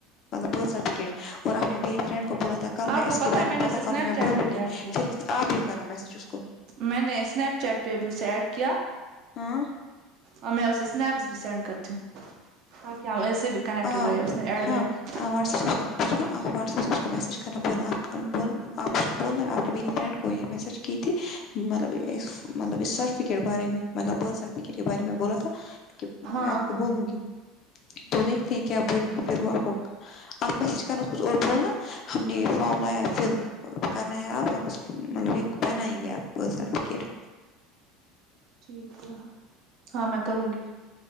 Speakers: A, on the left; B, on the right.
A: مطلب برتھ سرٹیفکیٹ اور آپ نے میری فرینڈ کو بولا تھا کل
B: آپ
A: میں
B: کو
A: اس کے بارے
B: ہے
A: میں
B: نے
A: پتا
B: اسے اسنیپ
A: کر نا میں
B: چیٹ
A: بولونگ
B: پہ بھی ایڈ کیا
A: پھر آپ یہ کرا میسیج اس کو
B: میں نے اسنیپ چیٹ پہ بھی اسے ایڈ کیا
A: ہاں
B: اور میں اسے اسنیپس بھی سینڈ کرتی ہوں تاکہ ہم ایسے بھی کنیکٹڈ
A: آ
B: رہے اس نے ایڈ
A: ہاں
B: بیک کیا
A: وپ ب سنو آپ واٹسپ سے اس کو میسیج کرنا بولنا ب آپ اس کو بولنا آپ نے میری فرینڈ کو یہ میسیج کی تھی مطلب مطلب اس سرٹیفکیٹ بارے میں مطلب برتھ سرٹیفکیٹ کے بارے میں بولا تھا کہ
B: ہاں
A: میں آپ کو بولوں گی تو دیکھتے ہیں کیا بولیں گی پھر وہ آپ کو آپ میسج کرنا اس کو اور بولنا ہم نے یہ فارام لایا فل ملب کر رہ ہیں آپ ہم اس مطلب ایک بنائیں گے آپ برتھ سرٹیفکیٹ
B: ٹھیک ہے ہاں میں کروں گی